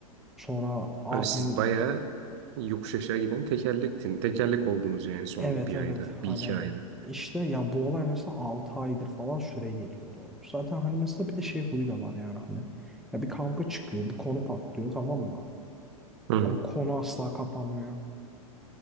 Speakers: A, in the centre; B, on the right (about 50°).
A: sonra abim
B: Abi siz bayağı yokuş aşağı giden tekerlektin. Tekerlek oldunuz yani son
A: Evet
B: bir
A: evet
B: ayda,
A: hani
B: bir iki ayda.
A: işte ya bu olay mesela 6 aydır falan süre geliyordu. Zaten hani mesela bir de şey huyu da var yani hani ya bir kavga çıkıyor bir konu patlıyor tamam mı?
B: Hı hı.
A: Abi konu asla kapanmıyor.